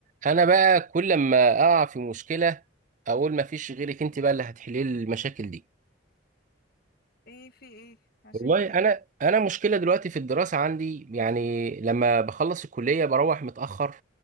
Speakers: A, on the right; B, on the left.
A: انا بقى كل ما اقع في مشكله اقول ما فيش غيرك انت بقى اللي هتحلي لي المشاكل دي
B: ايه في ايه مشاكل
A: والله
B: ايه
A: انا انا مشكله دلوقتي في الدراسه عندي يعني لما بخلص الكليه بروح متاخر